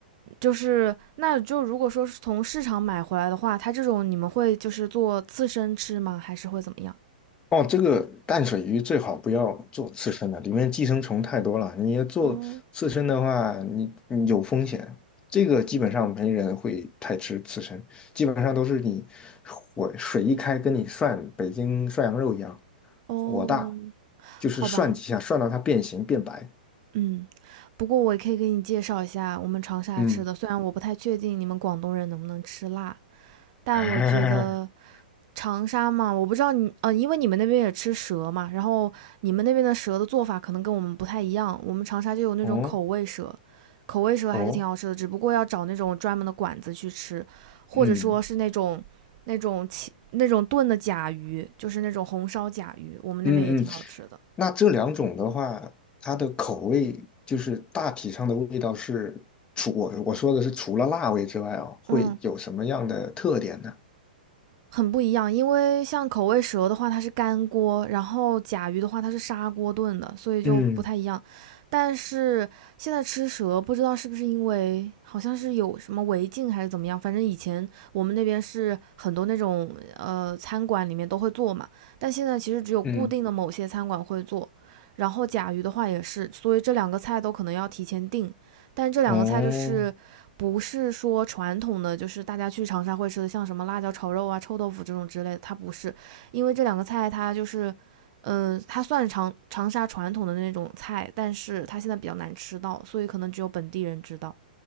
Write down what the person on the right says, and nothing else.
就是那就如果说是从市场买回来的话，它这种你们会就是做刺身吃吗？还是会怎么样？
哦
哦，
好吧。
嗯，不过我也可以给你介绍一下我们长沙吃的，
虽然我不太确定你们广东人能不能吃辣，但我觉得
长沙嘛，我不知道你，呃，因为你们那边也吃蛇嘛，然后你们那边的蛇的做法可能跟我们不太一样，我们长沙就有那种口味蛇，
口味蛇还是挺好吃的，
只不过要找那种专门的馆子去吃，或者说是那种那种切那种炖的甲鱼，
就是那种红烧甲鱼，我们那边也挺好吃的。
嗯，很不一样，因为像口味蛇的话，它是干锅，然后甲鱼的话，它是砂锅炖的，所以就不太一样。
但是现在吃蛇，不知道是不是因为好像是有什么违禁还是怎么样，反正以前我们那边是很多那种呃餐馆里面都会做嘛，但现在其实只有固定的某些餐馆会做。
然后甲鱼的话也是，所以这两个菜都可能要提前订，但这两个菜就是不是说传统的就是大家去长沙会吃的，
像什么辣椒炒肉啊、臭豆腐这种之类的，它不是，因为这两个菜它就是，嗯、呃它算长长沙传统的那种菜，但是它现在比较难吃到，所以可能只有本地人知道。